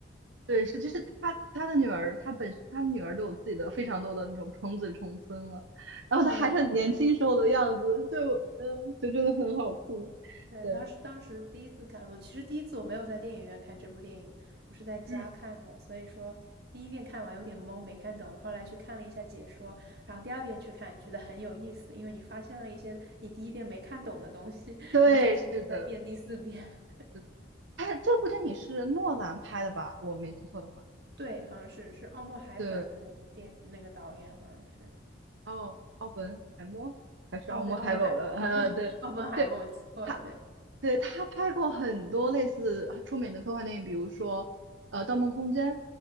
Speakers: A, on the right (about 75°); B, on the right (about 55°).
A: 对，是就是他他的女儿，他本他女儿都有自己的非常多的那种重子重孙了，然后他还是很年轻时候的样子，
B: 对，
A: 就嗯就真的很好哭。
B: 对，
A: 对
B: 当时当时第一次看，我其实第一次我没有在电影院看这部电影，我是在家看的，
A: 嗯，
B: 所以说第一遍看完有点懵，没看懂，后来去看了一下解说，然后第二遍去看，觉得很有意思，因为你发现了一些你第一遍没看懂的东西，<laughs>
A: 对，
B: 然后再看第三遍、
A: 是的，
B: 第四遍。
A: 是的。哎，这部电影是诺兰拍的吧？我没记错的话。
B: <laughs> 对，好像是是奥默海本的那个电那个导演，
A: 对，
B: 好像是。
A: 奥奥本海默还是奥默
B: 哦，对，奥本海默，
A: <laughs> 海默？呃，
B: <laughs>
A: 对对，
B: 奥本海默，我记错了，
A: 他
B: 对，
A: 对他拍过很多类似出名的科幻电影，比如说呃《盗梦空间》